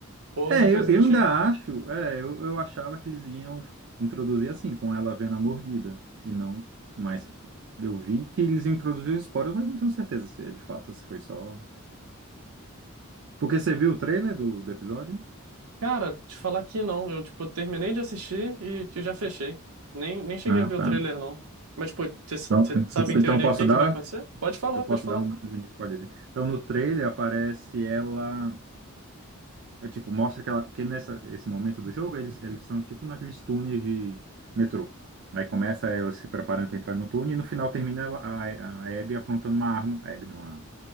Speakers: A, on the right; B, on the right.
A: ou alguma
B: É,
A: coisa
B: eu, eu
A: do tipo.
B: ainda acho, é, eu, eu achava que eles iam introduzir assim, com ela vendo a mordida, e não, mas eu vi que eles iam introduzir os esporos, mas não tenho certeza se é de fato, se foi só. Porque você viu o trailer do, do episódio?
A: Cara, te falar que não. Eu, tipo, terminei de assistir e que já fechei. Nem, nem cheguei
B: Ah,
A: a ver o
B: tá.
A: trailer, não. Mas, tipo, você
B: Então,
A: sabe em
B: então
A: teoria
B: posso
A: o que é
B: dar,
A: que vai acontecer? Pode falar,
B: eu posso
A: pode falar.
B: dar um, um mini spoilerzinho. Então no trailer aparece ela, é, tipo, mostra que, ela, que nessa esse momento do jogo eles eles são tipo naqueles túneis de metrô. Aí começa ela se preparando para entrar no túnel e no final termina ela- a, a Abby apontando uma arma, a Abby não, a,